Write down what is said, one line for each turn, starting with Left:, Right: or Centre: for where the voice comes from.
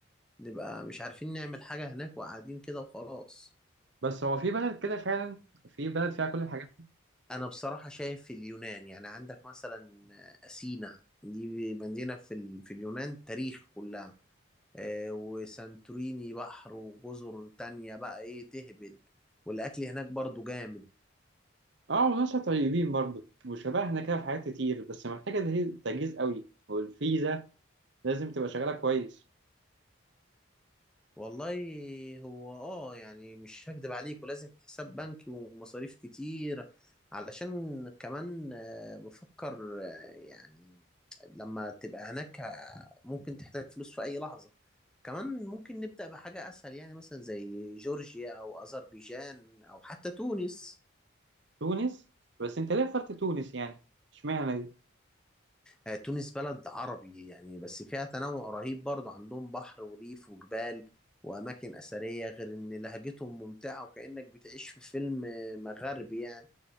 Centre: نبقى مش عارفين نعمل حاجة هناك وقاعدين كده وخلاص
Right: بس هو في بلد كده فعلا في بلد فيها كل الحاجات
Centre: وأنا بصراحة شايف اليونان يعني عندك مثلا آه، أثينا دي مدينة في ال- في اليونان تاريخ كلها آه، وسانتوريني بحر وجزر تانية بقى ايه تهبل والاكل هناك برضو جامد
Right: اه وناس طيبين برضه وشبهنا كده في حاجات كتير بس محتاجة تجهيز تجهيز قوي والفيزا لازم تبقى شغالة كويس
Centre: والله هو اه يعني مش هكدب عليك ولازم حساب بنكي ومصاريف كتير علشان كمان آه، بفكر آه، يعني لما تبقى هناك آه، ممكن تحتاج فلوس في اي لحظة كمان ممكن نبدأ بحاجة اسهل يعني مثلا زي جورجيا او اذربيجان او حتى تونس
Right: تونس بس أنت ليه اخترت تونس يعني اشمعنى دي؟
Centre: آه، تونس بلد عربي يعني بس فيها تنوع رهيب برضه عندهم بحر وريف وجبال وأماكن أثرية غير إن لهجتهم ممتعة وكأنك بتعيش في فيلم آه، مغربي يعني